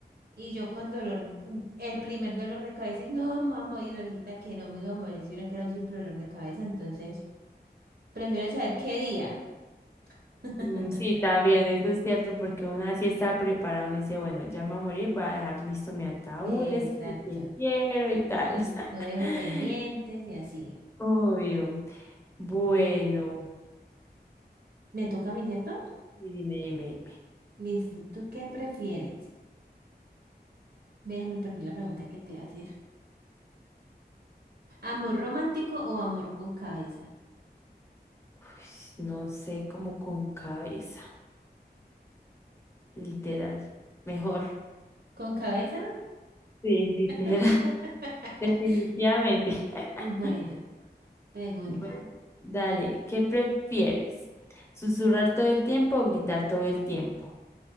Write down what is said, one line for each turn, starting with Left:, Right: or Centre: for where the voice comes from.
Right: Y yo con dolor, un- el primer dolor de cabeza, y no, me voy a morir, resulta que no me iba a morir, sino que era un simple dolor de cabeza. Entonces, prefiero saber qué día. <laughs>
Left: Mm, Sí, también, eso es cierto, porque uno así está preparado, uno dice, bueno, ya me voy a morir, voy a dejar listo mi ataúd,
Right: Exacto.
Left: el sitio que quiero y tal. <laughs>
Right: No dejo pendientes y así.
Left: Obvio. Bueno,
Right: Bueno, me toca a mí, ¿cierto?
Left: y dime, dime.
Right: Listo. ¿Tú qué prefieres? Déjeme poner la pregunta que te iba a hacer. ¿Amor romántico o amor con cabeza?
Left: Ush, no sé, como con cabeza, literal. Mejor,
Right: ¿Con cabeza?
Left: Sí, literal,
Right: <laughs>
Left: <laughs> definitivamente. <laughs>
Right: Bueno, pregunta.
Left: bueno. Dale, ¿qué prefieres? ¿Susurrar todo el tiempo o gritar todo el tiempo?